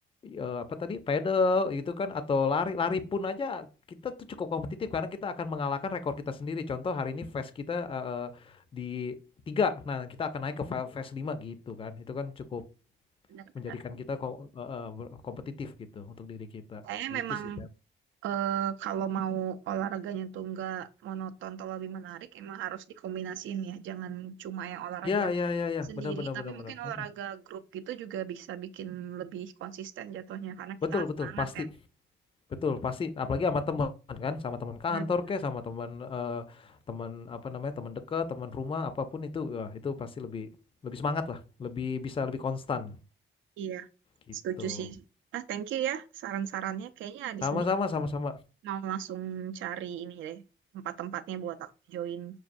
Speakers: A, on the left; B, on the right.
A: eh, apa tadi pedal gitu kan atau lari lari pun aja kita tuh cukup kompetitif karena kita akan mengalahkan rekor kita sendiri contoh hari ini fast kita eh, eh, di tiga nah kita akan naik ke fa- fast 5 gitu kan itu kan cukup
B: Benar,
A: menjadikan
B: benar.
A: kita ko- eh, eh, ber- kompetitif gitu untuk diri kita
B: Saya
A: gitu
B: memang
A: sih Pep.
B: eh, kalau mau olahraganya tuh nggak monoton atau lebih menarik, emang harus dikombinasiin ya. Jangan cuma yang olahraga
A: ya ya ya ya
B: sendiri,
A: benar benar
B: tapi
A: benar
B: mungkin
A: benar
B: olahraga
A: Mm-mm.
B: grup gitu juga bisa bikin lebih konsisten jatuhnya, karena
A: betul
B: kita kan
A: betul
B: semangat
A: pasti
B: ya.
A: Betul, pasti apalagi sama teman kan, sama teman kantor
B: Benar-benar.
A: kek, sama teman eh, teman apa namanya, teman dekat, teman rumah, apapun itu, wah, itu pasti lebih lebih semangat lah, lebih bisa lebih konstan
B: Iya,
A: gitu.
B: setuju sih. Ah, thank you ya saran-sarannya. Kayaknya abis
A: Sama-sama,
B: ini
A: sama-sama
B: mau langsung cari ini deh, tempat-tempatnya buat aku join